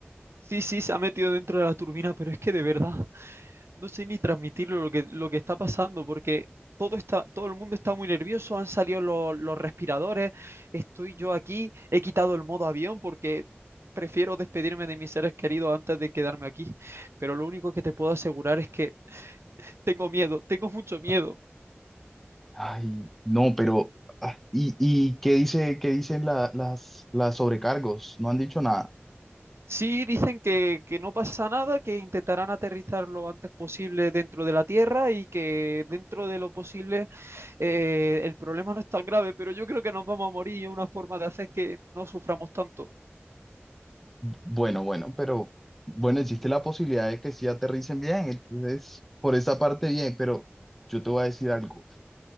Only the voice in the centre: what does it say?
Ay, no, pero ah, ¿y, y qué dice, qué dicen la- las, las sobrecargos? No han dicho nada.
Bueno, bueno, pero bueno, existe la posibilidad de que sí aterricen bien, entonces por esa parte bien, pero yo te voy a decir algo.